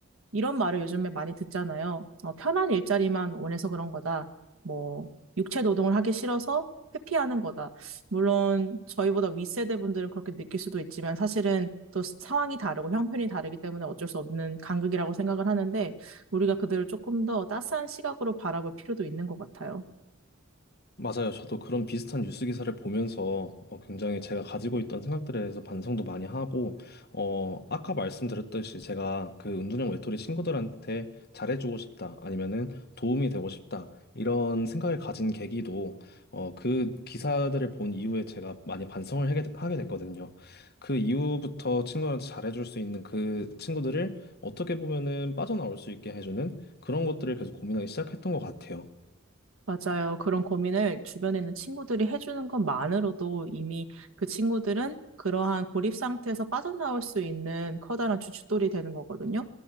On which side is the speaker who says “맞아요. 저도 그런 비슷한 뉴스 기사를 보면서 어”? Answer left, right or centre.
Left